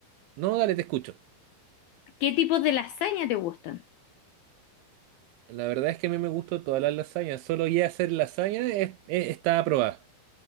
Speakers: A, on the right (about 80°); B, on the left (about 85°).
A: No, dale, te escucho.
B: ¿Qué tipos de lasaña te gustan?
A: La verdad es que a mí me gustó todas las lasañas. Solo ya hacer lasaña es, es- está aprobada.